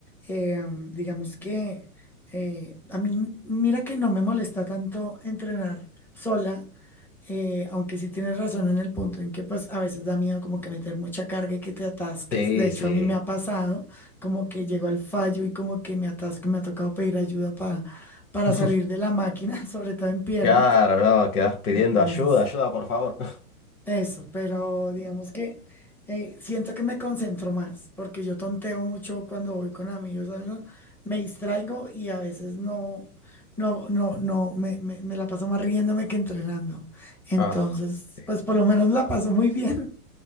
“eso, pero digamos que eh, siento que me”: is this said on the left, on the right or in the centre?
Centre